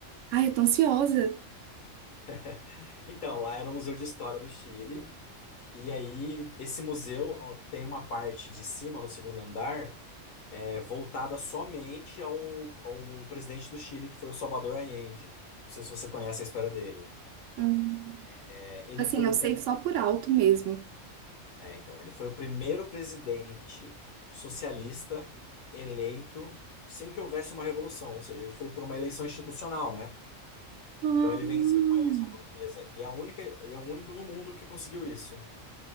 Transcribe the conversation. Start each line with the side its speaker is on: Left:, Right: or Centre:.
Right: Ai, eu tô ansiosa.
Left: <laughs> Então, lá era o Museu de História do Chile. E aí, esse museu ó, tem uma parte de cima, no segundo andar, é, voltada somente ao, ao presidente do Chile, que foi o Salvador Allende. Não sei se você conhece a história dele.
Right: Hum.
Left: É, ele
Right: Assim,
Left: foi
Right: eu
Left: o,
Right: sei
Left: pri-
Right: só por alto mesmo.
Left: é, então, ele foi o primeiro presidente socialista eleito sem que houvesse uma revolução, ou seja, ele foi por uma eleição institucional, né?
Right: Hum.
Left: Então ele venceu uma eleição burguesa. E é a única, e é o único no mundo que conseguiu isso.